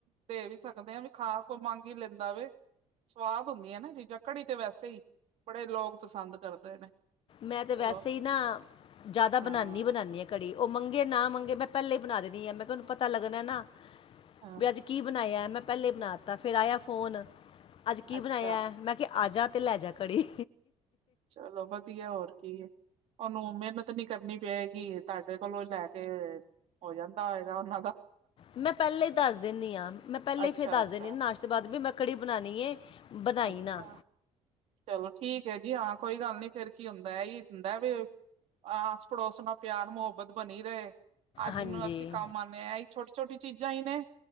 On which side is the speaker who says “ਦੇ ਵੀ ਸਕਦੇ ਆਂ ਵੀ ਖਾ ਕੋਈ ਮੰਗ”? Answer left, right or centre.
Right